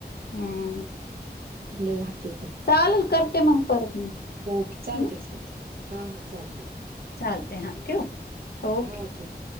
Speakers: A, on the left (about 70°); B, on the right (about 65°).
A: हम्म!
B: लई हट्टी आहेत बा.
A: चालल, करते मग परत.
B: ओके, चालतय,
A: हम्म
B: चालतय, हा हा, चालतय.
A: चालतय, हा ठेवू? ओके.
B: हा ठेव